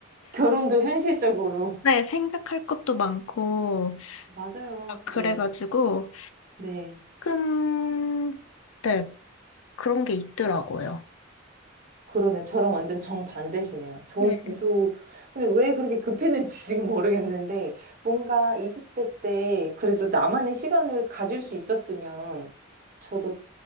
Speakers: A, on the right; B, on the left.
A: 결혼도 현실적으로.
B: 네, 생각할 것도 많고
A: 맞아요.
B: 막 그래가지고
A: 네. 네.
B: 조금 네, 그런 게 있더라고요.
A: 그러네. 저랑 완전 정반대시네요. 저도,
B: 네.
A: 근데 왜 그렇게 급했는지 <laughs> 지금 모르겠는데, 뭔가 20대 때 그래도 나만의 시간을 가질 수 있었으면, 저도